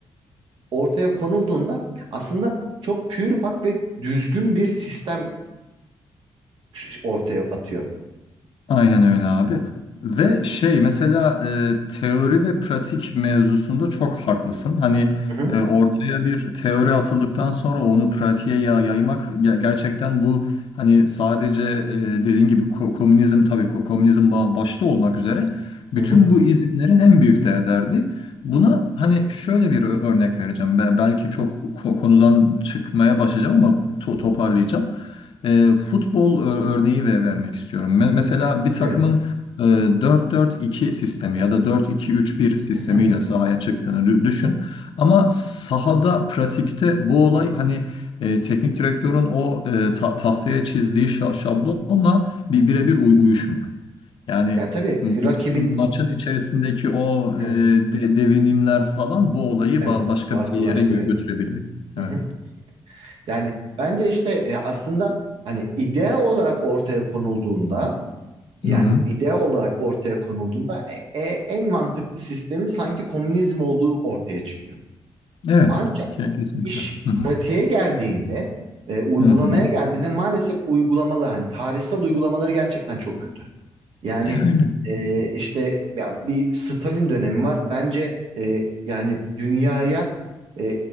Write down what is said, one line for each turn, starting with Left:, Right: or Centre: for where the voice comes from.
Right: ortaya konulduğunda aslında çok pür pak ve düzgün bir sistem ş- ortaya atıyor.
Left: Aynen öyle abi. Ve şey mesela e, teori ve pratik mevzusunda çok haklısın. Hani
Right: Hı hı.
Left: e, ortaya bir teori atıldıktan sonra onu pratiğe ya- yaymak ge- gerçekten bu hani sadece e, dediğin gibi ko- komünizm tabii ko- komünizm ba- başta olmak üzere bütün
Right: Hı hı.
Left: bu izimlerin en büyük de derdi. Buna hani şöyle bir ö- örnek vereceğim. Be- belki çok ko- konudan çıkmaya başlayacağım ama to- toparlayacağım. E, futbol ö- örneği ve vermek istiyorum. Me- mesela bir takımın
Right: Evet.
Left: e, dört 4 2 sistemi ya da dört iki üç bir sistemiyle
Right: Hı hı.
Left: sahaya çıktığını dü- düşün. Ama sahada, pratikte bu olay hani e, teknik direktörün o e, ta- tahtaya çizdiği şa- şablonla bir birebir uy- uyuşmuyor. Yani
Right: Ya tabii
Left: maçın,
Right: rakibin
Left: maçın içerisindeki o e,
Right: evet,
Left: de- devinimler falan bu olayı
Right: evet
Left: ba- başka
Right: farklılaştırıyor.
Left: bir yere gö- götürebiliyor.
Right: Hı
Left: Evet.
Right: hı. Yani bence işte e, aslında hani idea olarak ortaya konulduğunda yani
Left: Hı hı.
Right: idea olarak ortaya konulduğunda e- e- en mantıklı sistemin sanki komünizm olduğu ortaya çıkıyor.
Left: Evet.
Right: Ancak
Left: Ke- Kesinlikle.
Right: iş
Left: Hı hı.
Right: pratiğe geldiğinde e, uygulamaya
Left: Hı hı.
Right: geldiğinde maalesef uygulamalı hani tarihsel uygulamaları gerçekten çok kötü. Yani
Left: E, Öyle.
Right: e, işte ya bir Stalin dönemi var. Bence e, yani dünyaya e,